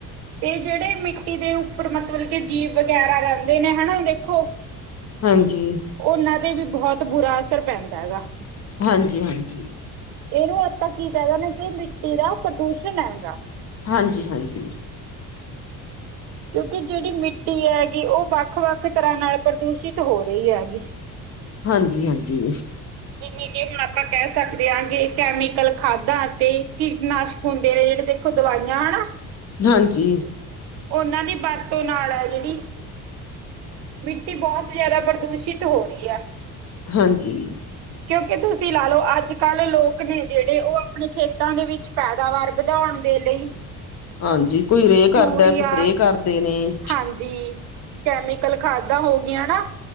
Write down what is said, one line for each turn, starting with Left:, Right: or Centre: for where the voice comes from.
Right: ਤੇ ਜਿਹੜੇ ਮਿੱਟੀ ਦੇ ਉੱਪਰ ਮਤਲਬ ਕੇ ਜੀਭ ਵਗੈਰਾ ਰਹਿੰਦੇ ਨੇ ਹਨਾ ਦੇਖੋ,
Left: ਹਾਂਜੀ।
Right: ਉਹਨਾਂ ਤੇ ਵੀ ਬਹੁਤ ਬੁਰਾ ਅਸਰ ਪੈਂਦਾ ਗਾ।
Left: ਹਾਂਜੀ-ਹਾਂਜੀ।
Right: ਇਹਨੂੰ ਆਪਾਂ ਕੀ ਕਹਿ ਦਿੰਦੇ ਆ ਕਿ ਮਿੱਟੀ ਦਾ ਪ੍ਰਦੂਸ਼ਣ ਹੈਗਾ,
Left: ਹਾਂਜੀ-ਹਾਂਜੀ।
Right: ਕਿਉਂਕਿ ਜਿਹੜੀ ਮਿੱਟੀ ਹੈਗੀ ਉਹ ਵੱਖ ਵੱਖ ਤਰ੍ਹਾਂ ਨਾਲ ਪ੍ਰਦੂਸ਼ਿਤ ਹੋ ਰਹੀ ਹੈ ਗੀ। <inaudible>
Left: ਹਾਂਜੀ-ਹਾਂਜੀ।
Right: ਜਿਵੇਂ ਕਿ ਹੁਣ ਆਪਾਂ ਕਹਿ ਸਕਦੇ ਹਾਂ ਕਿ ਕੈਮੀਕਲ ਖਾਦਾਂ ਅਤੇ ਕੀਟਨਾਸ਼ਕ ਹੁੰਦੇ ਨੇ ਜਿਹੜੇ ਦੇਖੋ ਦਵਾਈਆਂ ਹਨਾ,
Left: ਹਾਂਜੀ।
Right: ਉਹਨਾਂ ਦੀ ਵਰਤੋਂ ਨਾਲ ਹੈ ਜਿਹੜੀ, ਮਿੱਟੀ ਬਹੁਤ ਜਿਆਦਾ ਪ੍ਰਦੂਸ਼ਿਤ ਹੋ ਰਹੀ ਹੈ।
Left: ਹਾਂਜੀ।
Right: ਕਿਉਂਕਿ ਤੁਸੀਂ ਲਾ ਲਓ ਅੱਜ ਕੱਲ੍ਹ ਲੋਕ ਨੇ ਜਿਹੜੇ ਉਹ ਆਪਣੇ ਖੇਤਾਂ ਦੇ ਵਿੱਚ, ਪੈਦਾਵਾਰ ਵਧਾਉਣ ਦੇ ਲਈ,
Left: ਹਾਂਜੀ, ਕੋਈ ਰੇ ਕਰਦਾ
Right: ਯੂਰੀਆ
Left: ਸਪਰੇਅ ਕਰਦੇ ਨੇ।
Right: ਹਾਂਜੀ, ਕੈਮੀਕਲ ਖਾਦਾਂ ਹੋ ਗਈਆਂ ਨਾ।